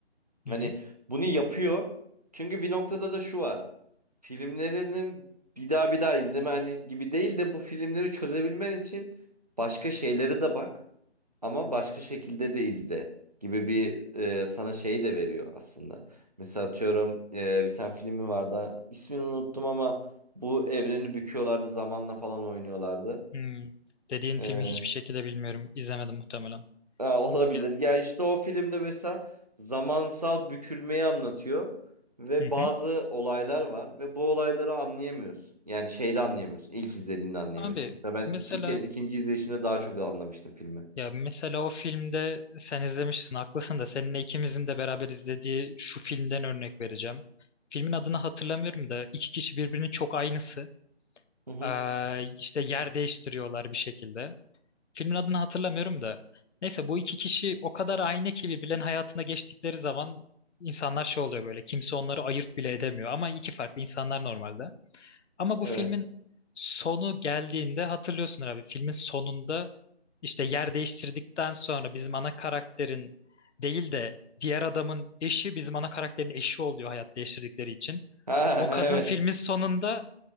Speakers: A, on the left; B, on the right.
A: Hı
B: Hani
A: hı.
B: bunu yapıyor. Çünkü bir noktada da şu var. Filmlerini bir daha bir daha izleme hani gibi değil de bu filmleri çözebilmen için başka şeyleri de bak ama başka şekilde de izle gibi bir e, sana şeyi de veriyor aslında. Mesela atıyorum e, bir tane filmi vardı. İsmini unuttum ama bu evreni büküyorlardı zamanla falan oynuyorlardı.
A: Hmm. Dediğin
B: E,
A: filmi hiçbir şekilde bilmiyorum. İzlemedim muhtemelen.
B: ha, olabilir.
A: Ya.
B: Ya işte o filmde mesela zamansal bükülmeyi anlatıyor. Ve
A: Hı hı.
B: bazı olaylar var ve bu olayları anlayamıyorsun. Yani şeyde anlayamıyorsun. İlk izlediğinde anlayamıyorsun.
A: Abi
B: Mesela ben
A: mesela
B: iki, ke- ikinci izleyişimde daha çok anlamıştım filmi.
A: ya mesela o filmde sen izlemişsin haklısın da seninle ikimizin de beraber izlediği şu filmden örnek vereceğim. Filmin adını hatırlamıyorum da iki kişi birbirinin çok aynısı.
B: Hı hı.
A: Ee, işte yer değiştiriyorlar bir şekilde. Filmin adını hatırlamıyorum da. Neyse bu iki kişi o kadar aynı ki birbirlerinin hayatına geçtikleri zaman insanlar şey oluyor böyle. Kimse onları ayırt bile edemiyor ama iki farklı insanlar normalde. Ama
B: Evet.
A: bu filmin sonu geldiğinde hatırlıyorsun abi. Filmin sonunda işte yer değiştirdikten sonra bizim ana karakterin değil de diğer adamın eşi bizim ana karakterin eşi oluyor hayat değiştirdikleri için.
B: Ha
A: O
B: <laughs>
A: kadın
B: evet.
A: filmin sonunda